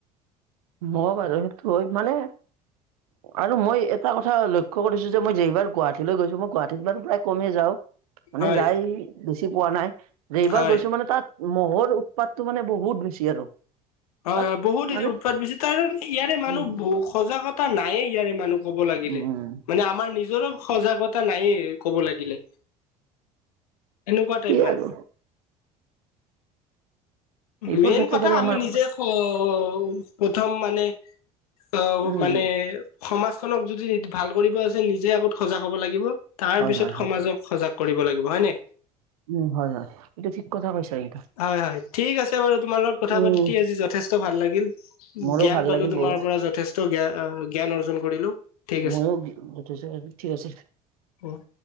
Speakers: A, on the right (about 65°); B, on the left (about 65°).
A: হয় বাৰ। মানে আৰু মই এটা কথা লক্ষ্য কৰিছো যে মই যেইবাৰ গুৱাহাটীলৈ গৈছো মই গুৱাহাটীত বাৰু প্ৰায় কমেই যাওঁ। মানে
B: হয়
A: যাই বেছি পোৱা নাই। যেইবাৰ
B: হয়
A: গৈছো মানে তা'ত- মহ'ৰ উৎপাতটো মানে বহুত বেছি আৰু।
B: হয়-হয়,
A: তাত
B: বহুত
A: মানে
B: উৎপাত বেছি তাৰ ইয়াৰে মানুহ
A: উম
B: বহু সজাগতা নায়ে ইয়াৰে মানুহ। ক'ব লাগিলে
A: উম
B: মানে আমাৰ নিজৰো সজাগতা নাইয়ে কব লাগিলে, এনেকুৱা
A: কি
B: টাইপ মানে।
A: আৰু এইবোৰ
B: মেইন
A: ক্ষেত্ৰত
B: কথা
A: আৰু
B: আমি
A: আমাৰ
B: নিজে- অহ', প্ৰথম মানে অ
A: উম
B: মানে- সমাজ খনক যদি ভাল কৰিব আছে নিজে আগত সজাগ হ'ব লাগিব, তাৰ
A: হয়
B: পিছত
A: হয় হয়
B: সমাজক- সজাগ কৰিব লাগিব হয় নাই।
A: উম হয় হয় এইটো ঠিক কথা কৈছা কিন্তু
B: হয়-হয়, ঠিক আছে বাৰু তোমাৰ লগত কথা
A: উম
B: পাতি আজি য- যথেষ্ট ভাল লাগিল।
A: মোৰো
B: জ্ঞান
A: ভাল
B: পালো
A: লাগিল
B: তোমাৰ
A: বহুত
B: পৰা যথেষ্ট জ্ঞান অৰ্জন কৰিলো। ঠিক
A: মইও যথেষ্ট ঠিক আছে দে।
B: উম।